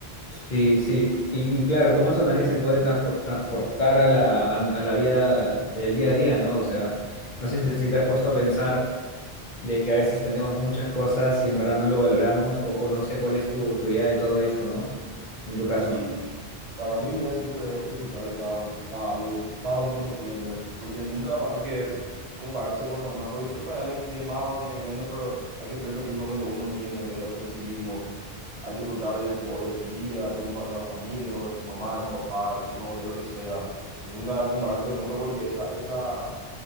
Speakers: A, on the left; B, on the right.
A: Sí, sí, y, y claro, como eso también se puede transfor- transportar a la, a, a la vida, el día a día, ¿no? O sea, no sé si, si te has puesto a pensar de que a veces tenemos muchas cosas y en verdad no lo valoramos, o, o no sé cuál es tu, tu idea de todo esto, ¿no? En tu caso.
B: Sí, mi- para mí mi vida siempre es disfrutar de cada, cada, lo- lo- cada uno lo que tiene, porque nunca hay que compararse con los demás, porque siempre hay alguien que tiene más o tiene menos, pero hay que ser feliz con lo que uno tiene en en sí mismo. Hay que disfrutar de tu, de tu vida, de tu compa- de tus amigos, de tu mamá, de tu papá, de tu novia, lo que sea. Y nunca compararse con otro porque esa, esa,